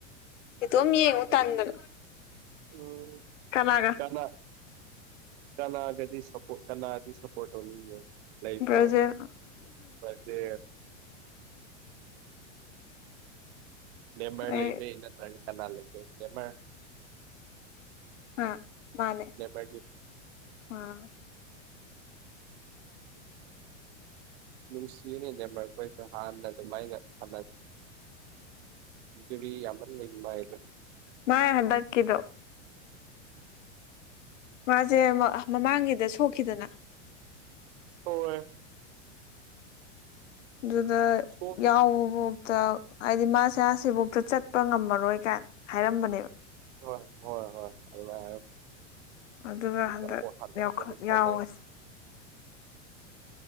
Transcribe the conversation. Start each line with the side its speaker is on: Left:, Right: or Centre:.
Left: ꯏꯗꯣꯝ ꯌꯦꯡꯉꯨ ꯇꯟꯗꯅ
Right: ꯎꯝ
Left: ꯀꯃꯒ
Right: ꯀꯅꯥ ꯀꯅꯥꯒꯗꯤ ꯁꯄ ꯀꯅꯥꯒꯗꯤ ꯁꯞꯄꯣꯔꯠ ꯇꯧꯅꯤꯡꯕꯣ ꯂꯣꯏ
Left: ꯕ꯭ꯔꯥꯖꯤꯜ
Right: ꯆ ꯄꯆꯦ ꯅꯦꯕꯔ
Left: ꯑꯩ
Right: ꯂ ꯂꯩꯕꯦꯅ ꯇ꯭ꯔꯟ ꯀꯥꯅꯥ ꯂꯩꯕ ꯅꯦꯕ
Left: ꯑ ꯃꯥꯅꯦ
Right: ꯅꯦꯄꯥ
Left: ꯑꯥ
Right: ꯅꯨꯡ ꯁꯤꯅꯦꯅꯦ ꯅ ꯃꯄꯣꯏ ꯍꯥꯥꯟꯗ ꯑꯗꯨ ꯃꯥꯏꯅ ꯑ ꯑꯗꯨꯔꯤ ꯌꯥꯝꯟꯕꯥꯏꯗ
Left: ꯅꯅꯥ ꯍꯗ ꯀꯗꯣ ꯃꯥꯁꯦ ꯃꯃꯥꯡꯒꯤꯗ ꯁꯣꯛꯈꯤꯗꯅ
Right: ꯍꯣꯏ꯫
Left: ꯑꯗꯨꯗ
Right: ꯁꯣ
Left: ꯌꯥꯎꯕꯐꯧꯇ ꯍꯥꯏꯗꯤ ꯃꯥꯁꯦ ꯁꯤꯐꯧꯇ ꯆꯠꯄ ꯉꯝꯃꯔꯣꯏ ꯀꯥꯏꯅ ꯍꯥꯏꯔꯝꯕꯅꯦꯕ
Right: ꯍꯣꯏ ꯍꯣꯏ ꯍꯣꯏ ꯑꯗꯨꯜꯃꯥꯏ
Left: ꯑꯗꯨꯒ ꯍꯟꯗꯛ
Right: ꯑꯃ ꯍꯜꯒꯦ
Left: ꯌꯥꯎꯈꯠ
Right: ꯑꯃꯨꯛ ꯁꯥꯟꯗꯥꯏ
Left: ꯌꯥꯎꯋꯦꯁ